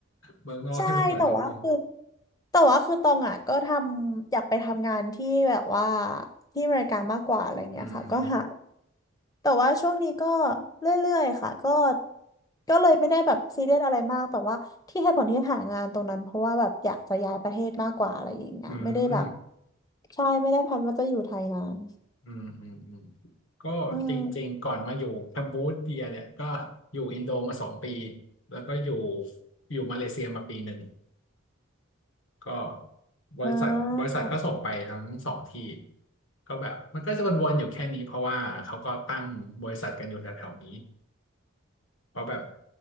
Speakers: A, on the left; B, on the left.
A: <laughs>
B: เมืองนอกที่มันเหมือนนอกเมือง
A: ใช่แต่ว่าคือแต่ว่าคือตองอ่ะก็ทำอยากไปทำงานที่แบบว่าที่อเมริกามากกว่าอะไรเงี้ยค่ะก็หา
B: อืม
A: แต่ว่าช่วงนี้ก็เรื่อยๆค่ะก็ก็เลยไม่ได้แบบซีเรียสอะไรมากแต่ว่าที่เหตุผลที่หางานตรงนั้นเพราะว่าแบบอยากจะย้ายประเทศมากกว่าอะไรอย่างเงี้ยไม่ได้แบบ
B: อืม
A: ใช่ไม่ได้แพลนว่าจะอยู่ไทยนาน
B: อืมอืมอืมก็จริงๆก่อนมาอยู่แคมบูเดียเนี่ยก็อยู่อินโดมาสองปี
A: อืม
B: แล้วก็อยู่อยู่มาเลเซียมาปีหนึ่งก็บริษัทบริษัทก็ส่งไปทั้งสองที่
A: อ่า
B: ก็แบบมันก็จะวนๆอยู่แค่นี้เพราะว่าเขาก็ตั้งบริษัทกันอยู่แถวๆนี้ เพราะแบบ